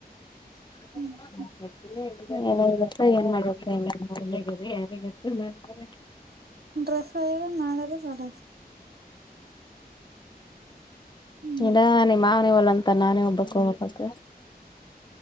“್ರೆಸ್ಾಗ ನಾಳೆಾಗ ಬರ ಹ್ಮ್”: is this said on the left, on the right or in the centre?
Right